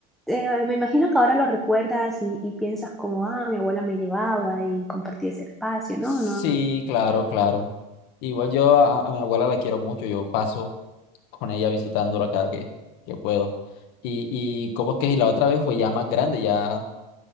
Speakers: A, in the centre; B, on the left.
A: eh, me imagino que ahora lo recuerdas y, y, piensas como, ah, mi abuela me llevaba y compartí ese espacio, ¿no?
B: Sí,
A: No.
B: claro, claro. Igual yo a, a mi abuela la quiero mucho, yo paso con ella visitándola cada que, que puedo. Y, y cómo es que y la otra vez fue ya más grande, ya